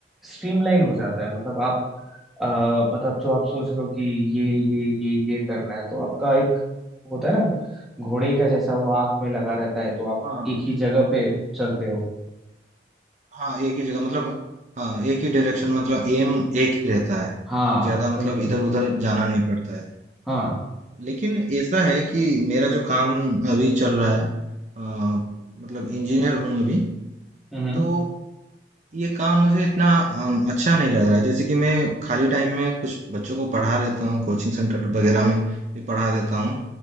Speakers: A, in the centre; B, on the right.
A: स्ट्रीमलाइन हो जाता है मतलब आप अ, मतलब जो आप सोच रहे हो कि ये ये ये ये करना है तो आपका एक वो होता है ना घोड़े का जैसा वो आंख में लगा रहता है तो आप
B: हाँ
A: एक ही जगह पे चलते हो
B: हाँ एक ही जगह मतलब हाँ एक ही डायरेक्शन मतलब एम एक ही रहता है
A: हाँ
B: ज्यादा मतलब
A: बिल्कुल
B: इधर उधर जाना नहीं पड़ता है
A: हाँ
B: लेकिन ऐसा है कि मेरा जो काम अभी चल रहा है अ, मतलब इंजीनियर हूँ अभी
A: हम्म
B: तो ये काम मुझे इतना अम, अच्छा नहीं लग रहा है जैसे कि मैं खाली टाइम में कुछ बच्चों को पढ़ा लेता हूँ कोचिंग सेंटर वगैरह में भी पढ़ा देता हूँ